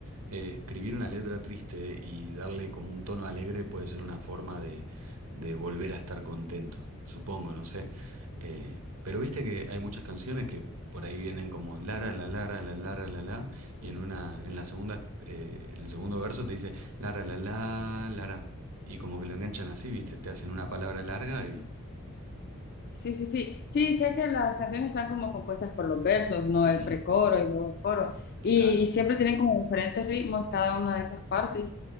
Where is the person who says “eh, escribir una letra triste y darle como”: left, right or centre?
Right